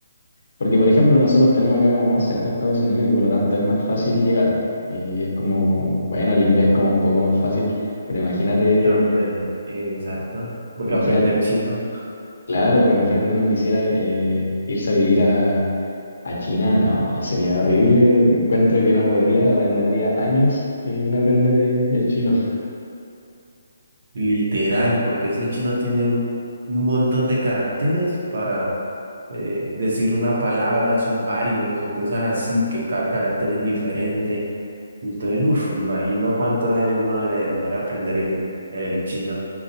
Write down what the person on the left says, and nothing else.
Porque, por ejemplo, nosotros tenemos acá como más cerca a Estados Unidos y por lo tanto es más fácil llegar. Y es como, bueno, el inglés como un poco más fácil, pero imagínate,
imagínate,
claro, imagínate uno quisiera eh, irse a vivir a, a China, no, sería horrible. Encuentro que no podría, me demoraría años eh, en aprender eh, el chino.